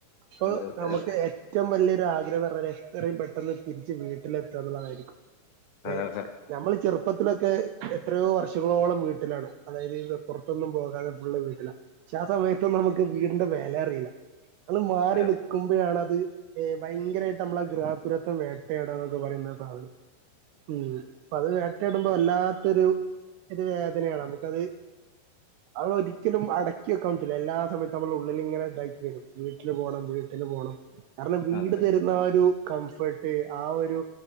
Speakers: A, on the right; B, on the left.
A: അപ്പൊ
B: അതെ അതെ
A: നമുക്ക്
B: അതെ
A: എ ഏറ്റവും വലിയൊരു ആഗ്രഹംന്ന് പറഞ്ഞാൽ എത്രയും പെട്ടെന്ന് തിരിച്ച് വീട്ടിലെത്ത എന്നുള്ളതായിരിക്കും ഏ
B: അതെ
A: ഞമ്മൾ ചെറുപ്പത്തിലൊക്കെ എത്രയോ വർഷങ്ങളോളം വീട്ടിലാണ് അതായത് പുറത്തൊന്നും പോകാതെ ഫുള് വീട്ടില. പക്ഷ ആ സമയത്തൊന്നും നമുക്ക് വീടിന്റെ വില അറിയില്ല. അത് മാറി
B: അതെ
A: നിൽക്കുമ്പോഴാണ് അത് ഭയങ്കരായിട്ട് നമ്മളെ ഗൃഹപുരത്വം വെ തേടാന്നൊക്കെ പറയുന്ന സാധനം ഉം. അപ്പ അത് വേട്ട ഇടുമ്പോ വല്ലാത്തൊരു വേദനയാണ് നമ്മുക്കത്
B: <inaudible>
A: അത് ഒരിക്കലും അടക്കി വെക്കാൻ പറ്റില്ല എല്ലാ സമയത്തും നമ്മൾ ഉള്ളിൽ ഇങ്ങനെ തായ്ക്ക് വരും‌ വീട്ടിൽ പോണം വീട്ടിൽ പോണം കാരണം വീട്
B: അതെ അതെ
A: തരുന്ന ആഹ് ഒരു കംഫർട്ട് ആഹ് ഒരു